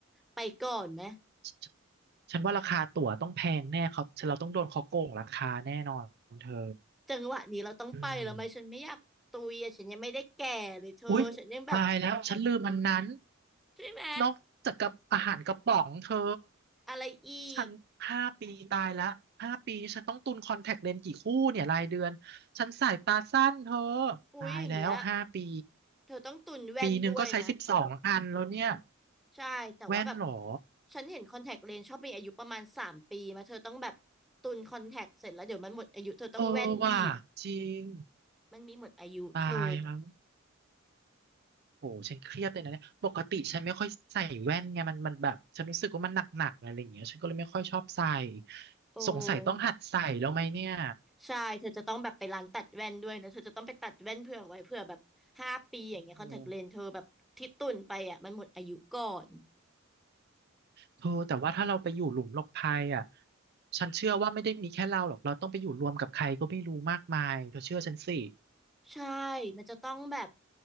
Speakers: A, in the centre; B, on the right.
A: ไปก่อนไหม
B: ฉฉันว่าราคาตั๋วต้องแพงแน่เขาเราต้องโดนเขาโกงราคาแน่นอนเธอ
A: จังหวะนี้เราต้องไปแล้วไหมฉันไม่อยากตุยอะฉันยังไม่ได้แก่เลยเธอฉันยังแบบ
B: อืมอุ๊ยตายแล้วฉันลืมมันนั้น
A: ใช่ไหม
B: นอกจากกับอาหารกระป๋องเธอ
A: อะไรอีก
B: ฉันห้าปีตายละห้าปีนี่ฉันต้องตุนคอนแทคเลนส์กี่คู่เนี่ยรายเดือนฉันสายตาสั้นเธอ
A: อุ๊ยอย่างเงี้ย
B: ตายแล้วห้าปี
A: เธอต้องตุนแว่นด้วยนะ
B: ปีหนึ่งก็ใช้สิบสองอันแล้วเนี่ย
A: ใช่แต่ว่าแบบ
B: แว่นเหรอ
A: ฉันเห็นคอนแทคเลนส์ชอบมีอายุประมาณสามปีมาเธอต้องแบบตุนคอนแทคเสร็จแล้วเดี๋ยวมันหมดอายุเธอต้องแว่นอีก
B: เออว่ะจริง
A: มันมีหมดอายุเธอ
B: ตายแล้วโหฉันเครียดเลยนะเนี่ยปกติฉันไม่ค่อยใส่แว่นไงมันมันแบบฉันรู้สึกว่ามันหนักๆอะไรอย่างเงี้ยฉันก็เลยไม่ค่อยชอบใส่
A: โอ้
B: สงสัยต้องหัดใส่แล้วไหมเนี่ย
A: ใช่เธอจะต้องแบบไปร้านตัดแว่นด้วยนะเธอจะต้องไปตัดแว่นเผื่อไว้เผื่อแบบห้าปีอย่างเงี้ยคอนแทคเลนเธอแบบที่ตุ่นไปอ่ะมันหมดอายุก่อน
B: เออ เธอแต่ว่าถ้าเราไปอยู่หลุมหลบภัยอ่ะฉันเชื่อว่าไม่ได้มีแค่เราหรอกเราต้องไปอยู่รวมกับใครก็ไม่รู้มากมายเธอเชื่อฉันสิ
A: ใช่มันจะต้องแบบ